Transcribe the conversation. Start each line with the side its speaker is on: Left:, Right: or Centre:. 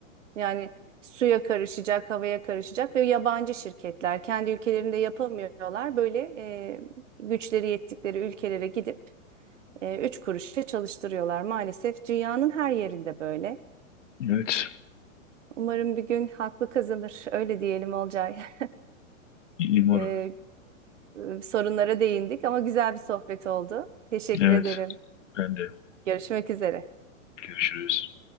Right: yani suya karışacak, havaya karışacak ve yabancı şirketler kendi ülkelerinde yapamıyorlar. Böyle e, güçleri yettikleri ülkelere gidip e, üç kuruşa çalıştırıyorlar. Maalesef dünyanın her yerinde böyle.
Left: Evet.
Right: Umarım bir gün haklı kazanır. <laughs> Öyle diyelim Olcay. <laughs>
Left: İyi umarım.
Right: E, e, sorunlara değindik ama güzel bir sohbet oldu. Teşekkür
Left: Evet.
Right: ederim.
Left: Ben de.
Right: Görüşmek üzere.
Left: Görüşürüz.